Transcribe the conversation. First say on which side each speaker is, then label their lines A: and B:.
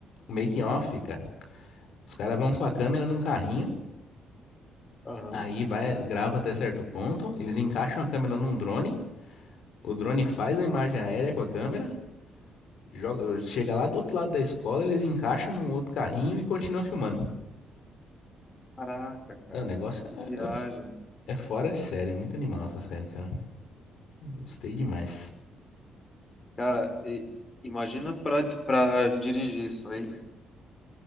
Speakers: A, on the left (about 70°); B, on the left (about 30°).
A: o making off, cara. Os caras vão com a câmera num carrinho,
B: aham.
A: aí vai, grava até certo ponto, eles encaixam a câmera num drone, o drone faz a imagem aérea com a câmera, joga, chega lá do outro lado da escola, eles encaixam num outro carrinho e continuam filmando.
B: Caraca, cara.
A: Não, o negócio
B: Que viagem.
A: é, é f- é fora de série, é muito animal essa série, cara. Gostei demais.
B: Cara, e- imagina pra para dirigir isso aí.